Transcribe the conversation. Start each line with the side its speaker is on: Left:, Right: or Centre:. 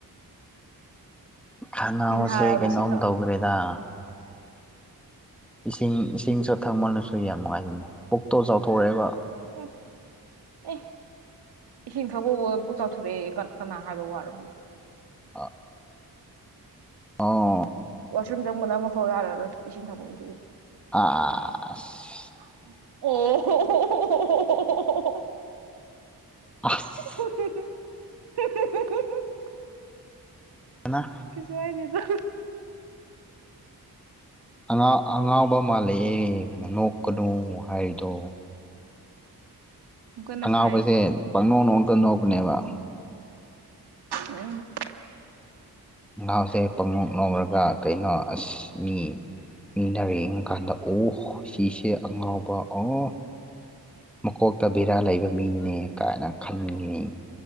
Centre: ꯈꯥꯅꯥꯎꯁꯦ
Right: ꯇꯤꯟ ꯍꯥꯔꯕ
Centre: ꯀꯩꯅꯣꯝ
Right: ꯏꯁꯤꯡꯗꯣ
Centre: ꯇꯧꯈ꯭ꯔꯦꯗꯥ ꯏꯁꯤꯡ ꯏꯁꯤꯡꯁꯨ ꯊꯪꯃꯜꯂꯁꯨ ꯌꯥꯝ ꯅꯨꯡꯉꯥꯏ <unintelligible> ꯄꯨꯛꯇꯣ ꯆꯥꯎꯊꯣꯔꯛꯑꯦꯀꯣ
Right: <unintelligible> ꯑꯦ ꯏꯁꯤꯡ ꯊꯛꯕꯕꯨ ꯄꯨꯛ ꯆꯥꯎꯊꯣꯔꯛꯑꯦ ꯀꯅꯥ ꯍꯥꯏꯕ ꯋꯥꯔꯣ
Centre: ꯑ ꯑꯣ
Right: ꯋꯥꯁꯔꯨꯝ ꯆꯪꯕꯅ ꯑꯃꯐꯥꯎ ꯌꯥꯔꯔꯣꯏ ꯏꯁꯤꯡ ꯊꯛꯕ ꯑꯗꯨꯒꯤ
Centre: ꯑꯁ
Right: ꯑꯣ ꯍꯣꯍꯣꯍꯣꯍꯣꯍꯣꯍꯣꯍꯣꯍꯣꯍꯣ <unintelligible>
Centre: ꯑꯁ ꯑꯥꯅ
Right: ꯀꯩꯁꯨꯍꯥꯏꯗꯦꯗ
Centre: ꯑꯉꯥꯎ ꯑꯉꯥꯎꯕ ꯃꯥꯜꯂꯛꯑꯦ ꯅꯣꯛꯀꯅꯣ ꯍꯥꯏꯔꯤꯗꯣ
Right: ꯑꯃꯨꯛ ꯀꯟꯅ
Centre: ꯑꯉꯥꯎꯕꯁꯦ
Right: ꯁꯥꯏ
Centre: ꯄꯪꯅꯣꯅꯣꯛꯒ ꯅꯣꯛꯄꯅꯦꯕꯥ
Right: ꯎꯝ
Centre: <unintelligible> ꯄꯪꯅꯣꯛ ꯅꯣꯛꯔꯒ ꯀꯩꯅꯣ ꯑꯁ ꯃꯤ ꯃꯤꯅꯔꯦꯡ ꯀꯥꯟꯗ ꯑꯣ ꯁꯤꯁꯦ ꯑꯉꯥꯎꯕ ꯑꯣ ꯃꯀꯣꯛꯇ ꯕꯦꯔꯥ ꯂꯩꯕ ꯃꯤꯅꯤꯅꯦ ꯀꯥꯏꯅ ꯈꯟꯒꯤꯅꯤ